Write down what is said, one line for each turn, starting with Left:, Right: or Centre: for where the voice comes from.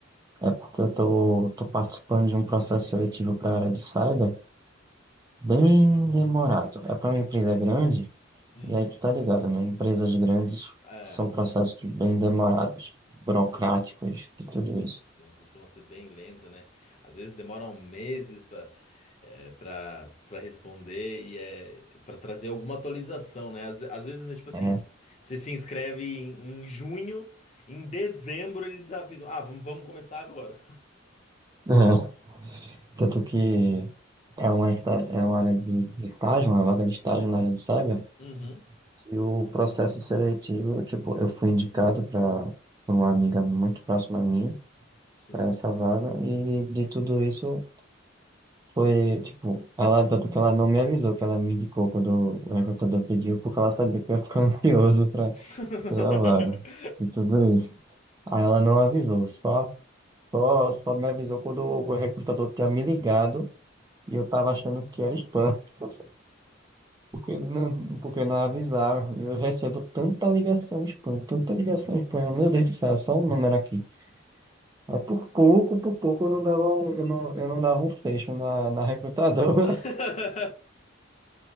Right: é porque eu estou tô, tô participando de um processo seletivo para a área de cyber. Bem demorado. É para uma empresa grande,
Left: Uhum.
Right: e aí tu tá ligado, né? Empresas grandes
Left: É,
Right: são processos bem demorados, burocráticos
Left: costuma.
Right: e tudo
Left: Sim,
Right: isso.
Left: costuma ser bem lento, né? Às vezes demoram meses para para para responder e é para trazer alguma atualização, né? Às, às vezes, né, tipo assim,
Right: É, é.
Left: você se inscreve em, em junho, em dezembro eles avisam, ah, vamos, vamos começar agora.
Right: <laughs> Tanto que é uma, esta- é uma área de, de estágio, uma vaga de estágio na área de cyber,
Left: Uhum,
Right: e o processo seletivo, tipo, eu fui indicado para por uma amiga muito próxima minha
Left: sim.
Right: para essa vaga, e de tudo isso Foi, tipo, ela, tanto que ela não me avisou que ela me indicou quando o recrutador pediu, porque ela sabia que eu ia ficar <laughs> ansioso pra,
Left: <laughs>
Right: pela vaga e tudo isso. Aí ela não avisou, só, só, só me avisou quando o recrutador tinha me ligado e eu tava achando que era spam, <laughs> porque ele não, porque não avisaram. E eu recebo tanta ligação spam, tanta ligação
Left: Nossa.
Right: spam, eu, meu Deus do céu, é só um número aqui. Aí por pouco, por pouco eu não dava um, eu não, eu não dava um fecho na, na recrutadora,
Left: <laughs>